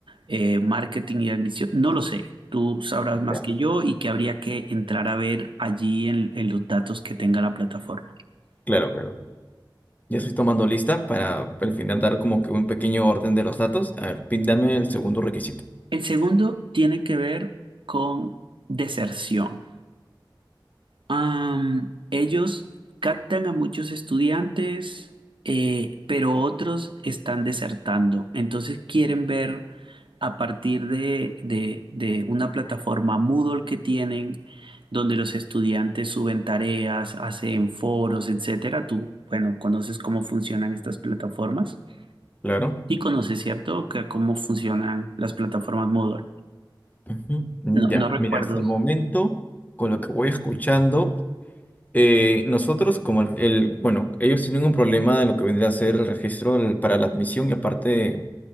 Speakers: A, on the right (about 80°); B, on the left (about 20°).
A: eh, marketing y admisión, no lo sé, tú sabrás más
B: ya.
A: que yo y que habría que entrar a ver allí en, en los datos que tenga la plataforma.
B: Claro, claro. Ya estoy tomando lista para al final dar como que un pequeño orden de los datos. A ver, pin- dame el segundo requisito.
A: El segundo tiene que ver con deserción. Am, ellos captan a muchos estudiantes, eh, pero otros están desertando. Entonces quieren ver a partir de, de- de una plataforma Moodle que tienen, donde los estudiantes suben tareas, hacen foros, etcétera. Tú, bueno, conoces cómo funcionan estas plataformas.
B: Claro.
A: Sí conoces, ¿cierto? Que cómo funcionan las plataformas Moodle.
B: Ujú. Mm,
A: No,
B: Ya,
A: no recuerdo.
B: mira, hasta el momento, con lo que voy escuchando, eh, nosotros como el, el- bueno, ellos tienen un problema de lo que vendría a ser el registro del- para la admisión y aparte,